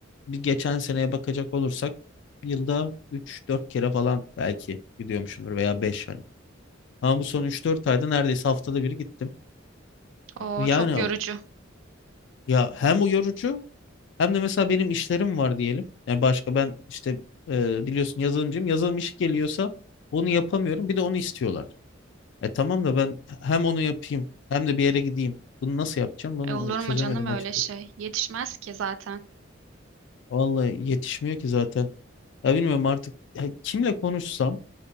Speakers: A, on the left; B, on the right.
A: bir geçen seneye bakacak olursak yılda üç dört kere falan belki gidiyormuşumdur veya 5 Ama bu son üç dört ayda neredeyse haftada bir gittim.
B: O
A: Yani
B: çok yorucu.
A: ya hem o yorucu hem de mesela benim işlerim var diyelim. Yani başka ben işte e, biliyorsun yazılımcıyım. Yazılım işi geliyorsa onu yapamıyorum. Bir de onu istiyorlar. E tamam da ben hem onu yapayım hem de bir yere gideyim. Bunu nasıl yapacağım? Bunu
B: E, olur
A: çözemedim
B: mu canım öyle
A: açıkçası.
B: şey? Yetişmez ki zaten.
A: Vallahi yetişmiyor ki zaten. Ya bilmiyorum artık ya kimle konuşsam